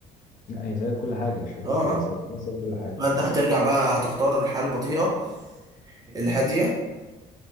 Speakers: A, on the left; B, on the right.
A: لا هي سبب كل حاجه مش حاجات
B: اه
A: كتير
B: اه
A: يا سبب هي سبب كل حاجه
B: فانت هترجع بقى هتختار الحياة البطيئة الهادية